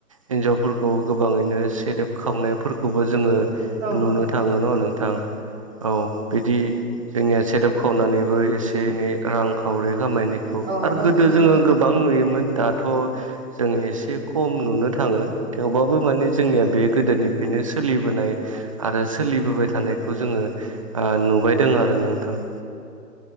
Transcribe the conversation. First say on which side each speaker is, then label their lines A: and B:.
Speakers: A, on the right; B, on the right.
A: हिनजावफोरखौ गोबाङैनो सेरेब खावनायफोरखौबो जोङो
B: औ
A: नुनो थाङो न' नोंथां औ बिदि जोंनिया सेरेप खावनानैबो एसे एनै रां खावरि खामायनायखौ
B: औ
A: आरो
B: बर'नि
A: गोदो
B: न'खराव
A: जोङो गोबां नुयोमोन दाथ' जों एसे खम नुनो थाङो। थेवबाबो माने जोंनिया बे गोदोनिफ्रायनो सोलिबोनाय आरो सोलिबोबाय थानायखौ जोङो ओ नुबायदों आरो नोंथां।